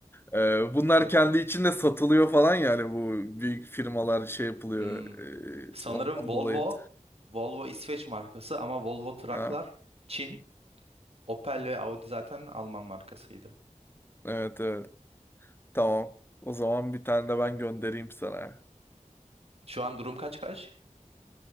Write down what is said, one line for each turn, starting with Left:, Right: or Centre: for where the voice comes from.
Left: Ee, bunlar
Right: Evet.
Left: kendi içinde satılıyor falan yani bu büyük firmalar şey yapılıyor.
Right: hmm. Sanırım
Left: ee, ondan
Right: Volvo,
Left: dolayı.
Right: Volvo İsveç markası ama Volvo Trucklar
Left: Ha,
Right: Çin. Opel ve Audi zaten Alman markasıydı.
Left: evet evet tamam. O zaman bir tane de ben göndereyim sana.
Right: Şu an durum kaç kaç?